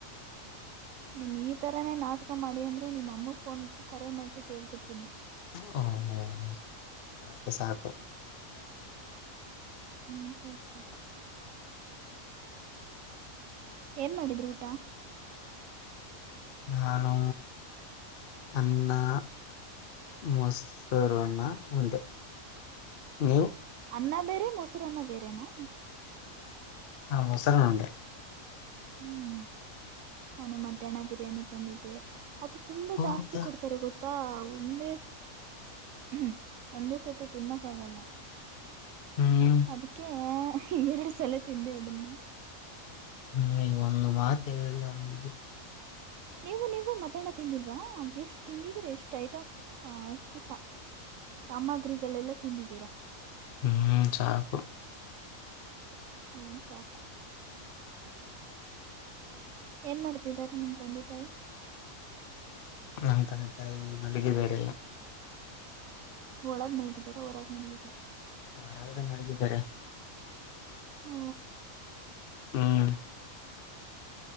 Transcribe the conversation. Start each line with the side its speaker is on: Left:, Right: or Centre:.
Right: ನೀನ್ ಈ ತರಾನೇ ನಾಟಕ ಮಾಡಿ ಅಂದ್ರೆ ನಿಮ್ಮ ಅಮ್ಮಗ್ ಫೋನ್ ಕರೆ ಮಾಡ್ಬಿಟ್ಟು ಹೇಳ್ಬಿಡ್ತೀನಿ
Left: ಹ ಹ ಸಾಕು ಸಾಕು
Right: ಹ್ಮ್ ಸಾಕ್ ಸಾಕ್ ಏನ್ ಮಾಡಿದ್ರಿ ಊಟ
Left: ನಾನು ಅನ್ನಾ ಮೊಸರುಅನ್ನಾ ಉಂಡೆ ನೀವು
Right: ಅನ್ನಾ ಬೇರೆ ಮೊಸರನ್ನ ಬೇರೆನಾ
Left: ಹ ಮೊಸರನ್ನಾ ಉಂಡೆ
Right: ಹ್ಮ್ ನಾನು ಮಧ್ಯಾಹ್ನ ಬಿರಿಯಾನಿ ತಂದಿದ್ದೆ ಅದು ತುಂಬಾ
Left: ಹೌದಾ
Right: ಜಾಸ್ತಿ ಕೊಡ್ತಾರೆ ಗೊತ್ತಾ ತ್ತಾ ಒಂದೇ ಹ್ಮ್ ಒಂದೇ ಸತಿ ತಿನ್ನಕ್ಕ ಆಗಲ್ಲಾ
Left: ಹ್ಮ್
Right: ಅದೀಕ್ಕೆ ಎರಡ ಸಲಾ ತಿಂದೆ ಅದನ್ನಾ
Left: ಹ್ಮ್ ಈಗ ಒಂದು ಮಾತ್ ಹೇಳಿಲ್ಲ ಹ್ಮ್ ಹ್
Right: ನೀವು ನೀವು ಮಧ್ಯಾನ ತಿಂದಿಲ್ವಾ ಎಷ್ಟು ತಿಂದಿದ್ರೆ ಎಷ್ಟ ಐಟಂಸ್ನ ಅ ಎಷ್ಟುಸಾ ಸಾಮಗ್ರಿಗಳೆಲ್ಲ ತಿಂದಿದ್ದೀರಾ
Left: ಹ್ಮ್ ಸಾಕು
Right: ಹ್ಮ ಸಾಕು ಏನ್ ಮಾಡ್ತಿದ್ದಾರೆ ನಿಮ್ ತಂದೆ ತಾಯಿ
Left: ನನ್ ತಂದೆ ತಾಯ ಮಲ್ಲಿಗಿದ್ದಾರೆ
Right: ಒಳಗ್ ಮಾಲಗಿದರ ಹೊರಾಗ ಮಲಗಿದರ
Left: ಹೊರಗಡೆ ಮಲಗಿದಾರೆ
Right: ಓ
Left: ಹ್ಮ್